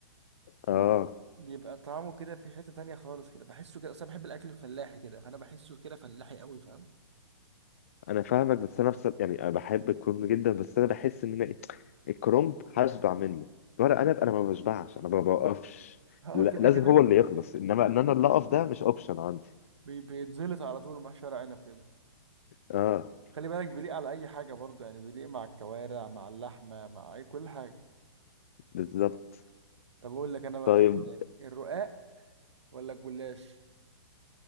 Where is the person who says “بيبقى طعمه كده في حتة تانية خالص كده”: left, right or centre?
Right